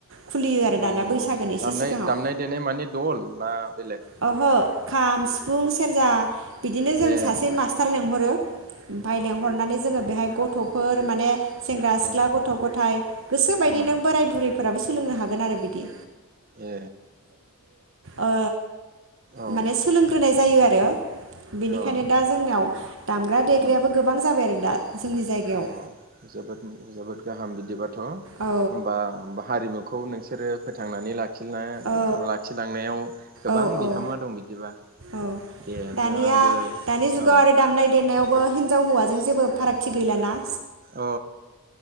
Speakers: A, on the right; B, on the right.
A: खुलियो आरो
B: अ
A: दाना बैसागोनि एसे
B: दामनाय
A: सिगाङाव
B: दामनाय देनाय मानिे दल ना बेलेग
A: ओहो खाम सिफुं सेरजा बिदिनो जों
B: ए
A: सासे
B: अ
A: मास्टार लिंहरो ओमफफ्राय लेंंहरनानै जोङो गथ'फोर माने सेंग्रा सिख्ला
B: उम
A: गथ' गथाय गोसोबायदि
B: उम
A: नों बोराय बुरै फोराबो सोलोंनो हागोन आरो बिदि
B: ए
A: औ
B: औ
A: माने सोलोंग्रोनाय जायो आरो आरो बेनिखायनो
B: अ
A: दा जोंनियाव दामग्रा देग्रायाबो
B: उम
A: गोबां जाबाय आरो दा जोंनि जायगायाव
B: अ जोबोद जोबोद गाहाम हो होनबा
A: औ
B: हारिमु खौ नोंसोरो फोथांनानै लाखि ना
A: औ
B: लाख थलांनायाव गोबां
A: औ औ
B: बिहोमा दं बि बिदिबा
A: औ
B: दे
A: दानिया
B: जों आंबो
A: दानि जुगाव
B: औ
A: आरो दामनाय देनायावबो हिनजावौवाजों जेबो फारागथि गैलााना?
B: औ